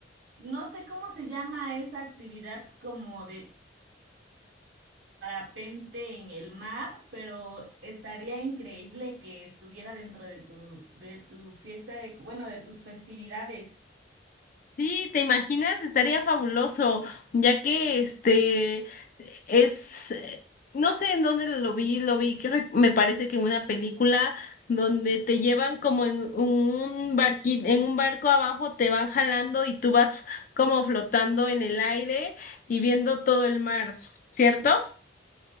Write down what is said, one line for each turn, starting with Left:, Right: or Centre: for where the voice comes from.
Right: No sé cómo se llama esa actividad como de parapente en el mar, pero estaría increíble que estuviera dentro de tu, de tu fiesta de, bueno, de tus festividades.
Left: Sí, ¿te imaginas? Estaría fabuloso, ya que este es, eh, no sé en dónde lo vi, lo vi, creo, que me parece que en una película donde te llevan como en un barqui, en un barco abajo, te van jalando y tú vas como flotando en el aire y viendo todo el mar, ¿cierto?